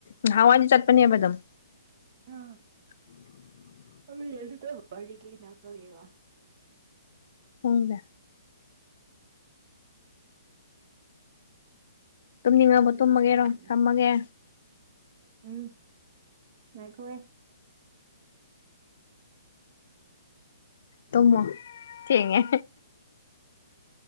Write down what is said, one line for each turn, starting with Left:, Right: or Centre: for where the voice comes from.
Left: ꯅꯍꯥꯟꯋꯥꯏꯗꯤ ꯆꯠꯄꯅꯦꯕ ꯑꯗꯨꯝ
Right: ꯎꯝ
Left: <unintelligible>
Right: ꯎꯃꯤ ꯇ ꯍꯔꯤ ꯂꯅ ꯂꯒꯦꯒ
Left: ꯎꯝꯗ ꯇꯨꯝꯅꯤꯡꯉꯕ
Right: ꯑꯗꯨꯒꯤꯁꯨ
Left: ꯇꯨꯝꯃꯒꯦꯔꯣ
Right: ꯇꯟꯕ
Left: ꯊꯝꯃꯒꯦ
Right: ꯎꯝ ꯉꯥꯛꯈꯋꯦ
Left: ꯇꯨꯝꯃꯣ ꯊꯦꯡꯉꯦ